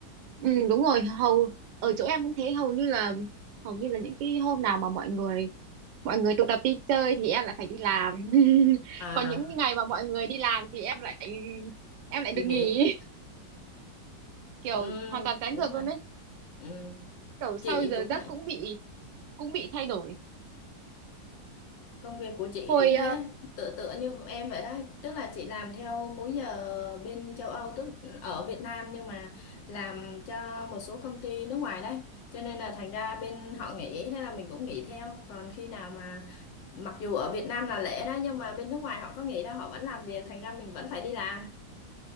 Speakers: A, on the right; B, on the left.
A: ừ, đúng rồi hầu ở chỗ em cũng thế hầu như là hầu như là những cái hôm nào mà mọi người mọi người tụ tập đi chơi thì em lại phải đi làm <laughs>
B: à
A: còn những ngày mà mọi người đi làm thì em lại em lại được
B: được
A: nghỉ
B: nhỉ
A: <laughs> kiểu
B: Ừm,
A: hoàn toàn trái ngược
B: đúng rồi
A: luôn đấy
B: Ừm,
A: kiểu sau
B: chị
A: giờ
B: cũng
A: giấc
B: vậy
A: cũng bị cũng bị thay đổi
B: Công việc của chị
A: hồi
B: cũng
A: ờ,
B: thế, tựa tựa như em vậy đó, tức là chị làm theo múi giờ bên châu Âu, tức ở Việt Nam nhưng mà làm cho một số công ty nước ngoài đấy, cho nên là thành ra bên họ nghỉ, thế là mình cũng nghỉ theo. Còn khi nào mà mặc dù ở Việt Nam là lễ đó nhưng mà bên nước ngoài họ có nghỉ đâu, họ vẫn làm việc, thành ra mình vẫn phải đi làm,